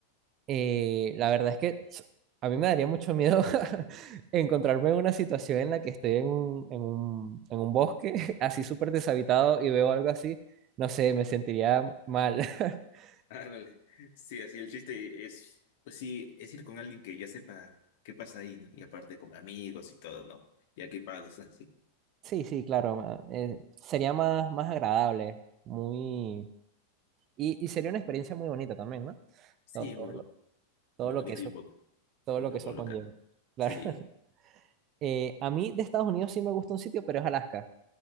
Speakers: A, on the right (about 35°); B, on the left (about 50°).
A: Eh, la verdad es que s- a mí me daría mucho miedo <laughs> encontrarme en una situación en la que estoy en un, en un, en un bosque <laughs> así súper deshabitado y veo algo así. No sé, me sentiría mal. <laughs>
B: Ándale. Sí, así el chiste es, pues sí, es ir con alguien que ya sepa qué pasa ahí, ¿no? Y aparte con amigos y todo, ¿no? Y equipados, <laughs> así.
A: Sí, sí, claro. ma- eh, sería más, más agradable, muy... Y, y sería una experiencia muy bonita también, ¿no?
B: Sí,
A: Todo, todo
B: muy, bu-
A: lo, todo
B: Muy
A: lo
B: bonito
A: que eso,
B: y un poco,
A: todo
B: y
A: lo
B: un poco
A: que eso
B: loca,
A: conlleva.
B: ¿no?
A: Claro.
B: Sí,
A: <laughs> Eh, a mí de Estados Unidos sí me gusta un sitio, pero es Alaska.